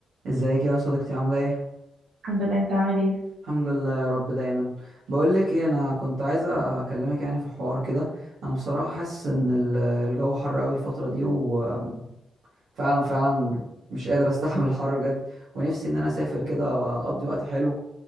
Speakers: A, on the right; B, on the right.
A: ازيك يا صديقتي عاملة ايه؟
B: الحمد لله انت عامل ايه
A: الحمد لله يا رب دايما بقول لك ايه انا كنت عايزة اكلمك يعني في حوار كده انا بصراحة حاسس ان ال- الجو حر قوي الفترة دي وفعلا فعلا مش قادر استحمل الحر بجد ونفسي ان انا اسافر كده واقضي وقت حلو